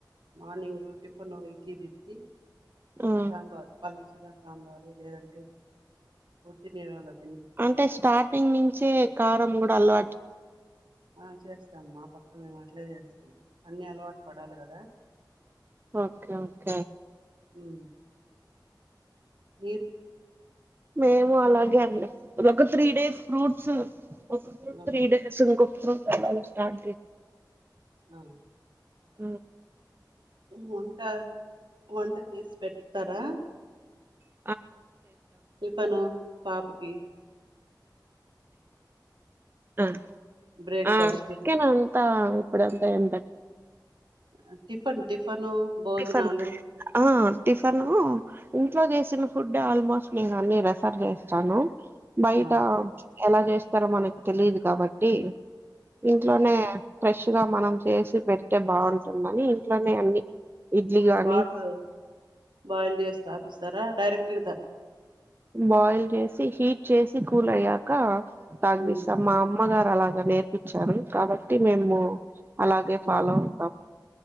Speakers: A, on the right; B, on the right.
A: మార్నింగ్ టిఫిన్ ఇడ్లీ తెచ్చి
B: ఆ
A: సాంబార్ పలచగా సాంబారు లేదంటే ఒట్టి నీళ్ళలో తినిపించేది
B: అంటే స్టార్టింగ్ నుంచే కారం కూడా అలవాటు చేస్తారా
A: ఆ చేస్తాం మా పక్క మేము అట్లే చేస్తాం అన్నీ అలవాటు పడాలి కదా
B: ఓకే ఓకే
A: మ్మ్ మీరు
B: మేము అలాగే అండి ఒక త్రీ డేస్ ఫ్రూట్స్ ఒక ఫ్రూట్
A: ఆ
B: త్రీ డేస్ ఇంకో ఫ్రూట్ సలాడ్ స్టార్ట్ చేస్తాము
A: ఆ
B: మ్మ్
A: వంట వంట చేసి పెడతారా
B: ఆ చేస్
A: ఇ పను పాప్ కే
B: ఆ ఆ
A: బ్రేక్ఫాస్ట్
B: ఆ చికేను అంత ఇప్పుడంతా ఏం పెట్టాము
A: ఆ టిఫన్ టిఫను భోజనాలు
B: టిఫన్ ఆ ఆ టిఫను ఇంట్లో చేసిన ఫుడ్ ఆల్మోస్ట్ నేను అన్ని రెఫర్ చేస్తాను బయట
A: ఆ
B: ఎలా చేస్తారో మనకు తెలిదు కాబట్టి ఇంట్లోనే ఫ్రెష్ గా మనం చేసి పెడితే బాగుంటుందని ఇంట్లోనే అన్ని ఇడ్లీ గాని
A: వాటర్ బాయిల్ చేసి తాపీస్తారా డైరెక్ట్ గా తాపిచేస్తారా
B: బాయిల్ చేసి హీట్ చేసి కూల్ అయ్యాక తాగదీస్తామ్
A: ఉమ్
B: మామ్ అమ్మగారు అలాగా నేర్పిచ్చారు కాబట్టి మేము
A: ఉమ్
B: అలాగే ఫాలో
A: ఉమ్
B: అవుతాము